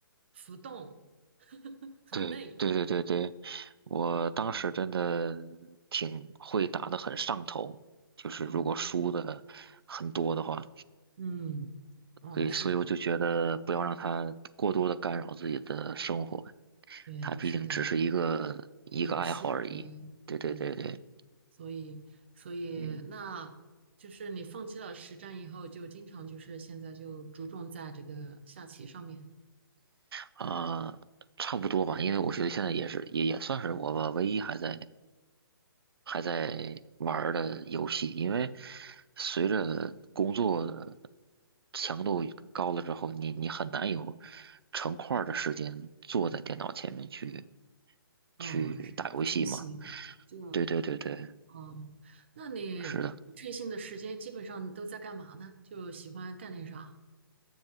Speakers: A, on the right; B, on the right.
A: 浮动，很累，
B: 对对对对对，我当时真的
A: 嗯。
B: 挺会打的，很上头，就是如果输的很多的话，
A: 哦，嗯，哦，
B: 所以所以我就觉得不要让它过多的干扰自己的生活，
A: 是的，对，
B: 它毕竟只是一个一个爱好而已。
A: 是的，游戏而已，
B: 对对对对。
A: 对，所以，所以，
B: 嗯
A: 那就是你放弃了实战以后，就经常就是现在就着重在这个下棋上面。
B: 啊，差不多吧，因为我觉得现在也是也也算是我吧唯一还在还在玩儿的游戏，因为随着工作的强度高了之后，你你很难有成块儿的时间坐在电脑前面去
A: 哦，
B: 去打游戏嘛。
A: 是的，不成形，就，
B: 对对对对，
A: 哦，那你不成形的时间基本上都在干嘛呢？
B: 是的。
A: 就喜欢干点啥？